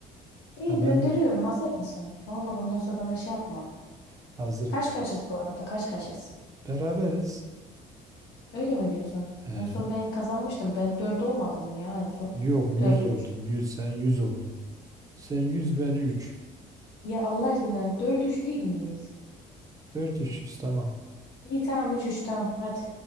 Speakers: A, on the left (about 80°); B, on the right (about 20°).
A: İyi
B: Ha
A: gönderiyorum
B: ben de
A: hazır mısın? Ama bak ondan sonra bana şey yapma.
B: hazırım.
A: Kaç kaçız bu arada kaç kaçız?
B: Beraberiz.
A: Öyle mi diyorsun?
B: He.
A: En son ben kazanmıştım. Ben 4 olmadım mı ya en son?
B: Yok 100
A: Dört
B: oldun.
A: 3
B: yüz sen 100 oldun. Sen 100 ben üç
A: Ya Allah aşkına dört üç değil miyiz?
B: dört üç yüz tamam.
A: İyi tamam üç 3 tamam hadi.